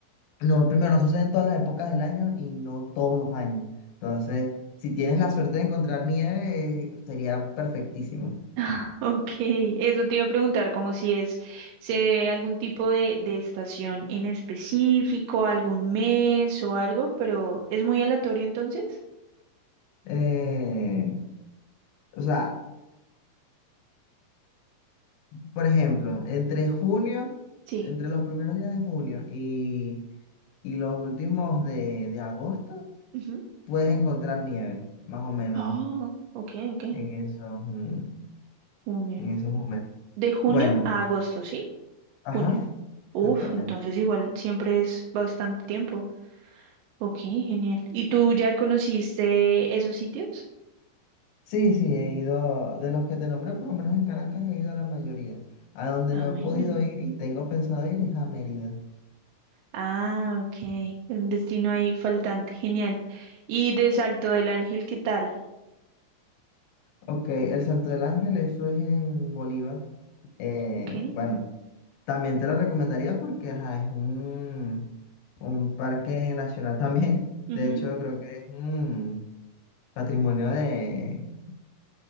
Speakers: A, on the left; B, on the right.
A: no, primero, no sucede en todas las épocas del año y no todos los años. Entonces, si tienes la suerte de encontrar nieve, eh, sería perfectísimo.
B: <laughs> Ah, Ok, eso te iba a preguntar, como si es, se debe a algún tipo de, de estación en específico, algún mes o algo, pero ¿es muy aleatorio entonces?
A: Eh, o sea, Por ejemplo, entre junio,
B: Sí.
A: entre los primeros días de junio y, y los últimos de, de agosto,
B: Ujú.
A: puedes encontrar nieve, más o menos,
B: Oh, ok, ok.
A: en esos, mm,
B: Junio.
A: en esos momentos.
B: De junio
A: Bueno,
B: a agosto, ¿sí?
A: ajá,
B: Junio. Uf,
A: exactamente.
B: entonces igual siempre es bastante tiempo. Ok, genial. ¿Y tú ya conociste esos sitios?
A: Sí, sí, he ido, de los que te nombré, por lo menos en Caracas he ido a la mayoría. A donde
B: Ah,
A: no
B: bueno.
A: he podido ir y tengo pensado ir es a Mérida.
B: Ah, ok. Es Un destino ahí faltante. Genial. Y de Salto del Ángel, ¿qué tal?
A: Ok, el Salto del Ángel, eso es en Bolívar. Eh,
B: Ok.
A: bueno. También te lo recomendaría porque ajá, es un, un parque nacional también.
B: ujú.
A: De hecho, creo que es un patrimonio de,